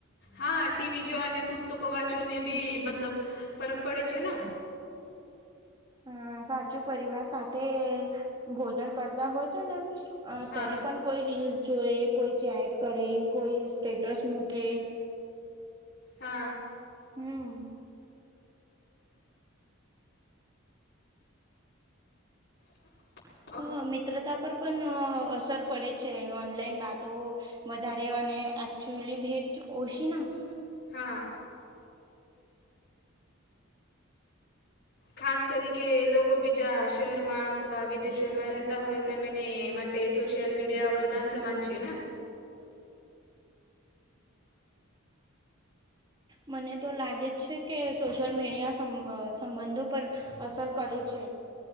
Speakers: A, on the left; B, on the right.
A: હા ટીવી જો અને પુસ્તકો વાંચવા બી મતલબ ફરક પડે છે ને
B: અ સાચું પરિવાર સાથે ભોજન કરતા હોય છે ને
A: હા
B: ત્યારે પણ કોઈ રીલ્સ જોએ કોઈ ચેટ કરે કોઈ સ્ટેટસ મૂકે
A: હા.
B: હું
A: <unintelligible>
B: હ મિત્રતા પર પણ‌ અ અસર પડે છે ઓનલાઈન વાતો વધારે અને એકચુઅલી ભેટ ઓશી ના
A: ના હા. ખાસ કરી કે લોકો બીજા શહેરમાં અથવા વિદેશોમાં રહેતા હોય તો એને તે સોશિલ મીડિયા વરદાન સમાન છે ના
B: મને તો લાગે જ છે કે સોશિયલ મીડિયા સમ સંબંધો પર અસર કરે છે.